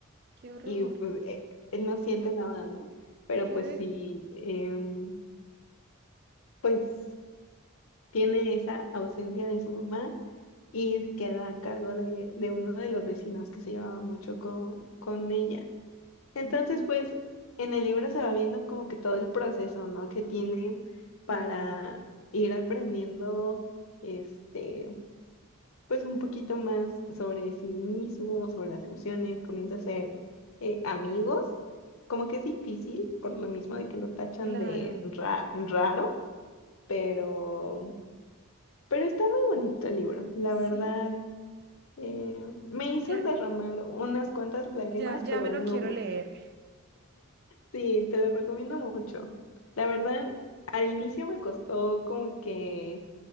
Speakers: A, on the right (about 45°); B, on the left (about 70°).
A: qué horror,
B: y pues eh, él no siente nada, ¿no? Pero
A: qué
B: pues
A: de...
B: sí, em, pues tiene esa ausencia de su mamá y queda a cargo de, de uno de los vecinos que se llevaba mucho con, con ella. Entonces,
A: ujú,
B: pues en el libro se va viendo como que todo el proceso, ¿no? Que tiene para
A: Claro,
B: ir aprendiendo, este, pues un poquito más sobre sí mismo, sobre las emociones, comienza a ser eh, amigos, como que es difícil por lo mismo de que lo tachan
A: claro,
B: de ra- raro, pero, pero está muy bonito el libro, la
A: sí,
B: verdad. eh, me hizo
A: ya,
B: derramar unas cuantas lágrimas,
A: ya, ya
B: pero
A: me lo
B: no.
A: quiero leer.
B: Sí, te lo recomiendo mucho. La verdad, al inicio me costó como que